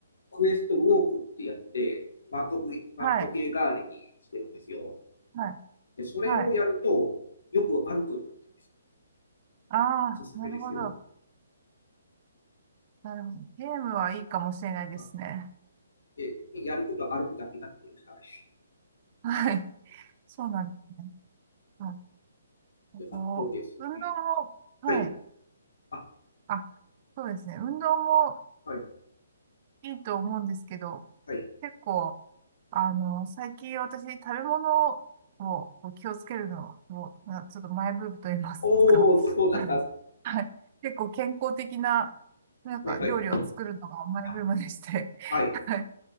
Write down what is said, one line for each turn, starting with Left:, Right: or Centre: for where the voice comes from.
Left: クエストウォークってやつで、万歩万歩計代わりにしてるんですよ。
Right: はい。はい。
Left: で、それをやると、
Right: はい。
Left: よく歩くようになったんです。
Right: ああ、
Left: おすすめですよ。
Right: なるほど。なるほど。ゲームはいいかもしれないですね。
Left: うんで、やることは歩くだけなので、はい。
Right: はい。そうなんですね。は
Left: であとですね、
Right: い。こう、運動も、はい。
Left: はい、あ、
Right: あ、そうですね。運動も
Left: はい、
Right: いいと思うんですけど、
Left: はい。
Right: 結構、あの、最近私食べ物を気をつけるのを、なちょっとマイブームと言いますか。
Left: おお、そんうなんですか。
Right: <laughs> はいはい結構健康的な、なんか料理を作るのがマイブームでして、
Left: はい、はい、あ、はい、
Right: はい